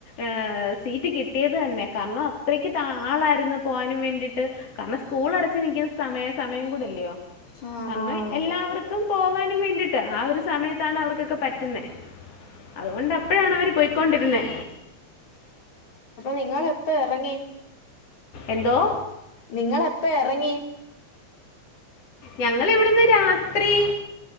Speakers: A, on the left (about 55°); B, on the left (about 75°).
A: ഏഹ് സി കിട്ടിയത് തന്നെ കാരണം അത്രയ്ക്ക് ത്ത ആളായിരുന്നു പോകാനും വേണ്ടിട്ട് കാരണം സ്കൂൾ അടച്ച് നിക്കുന്ന സമയ സമയം കൂടില്ലയോ
B: ആഹ്
A: കാരണം
B: ആഹ്
A: എല്ലാവർക്കും പോവാനും വേണ്ടിട്ട് ആ ഒരു സമയത്താണ് അവർക്കൊക്കെ പറ്റുന്നേ അതുകൊണ്ട് അപ്പോഴാണ് അവര് പോയ്ക്കൊണ്ടിരുന്നേ.
B: നിങ്ങൾ എപ്പ ഇറങ്ങി
A: എന്തോ
B: നിങ്ങൾ എപ്പ ഇറങ്ങി
A: ഞങ്ങൾ ഇവിടെന്ന് രാത്രി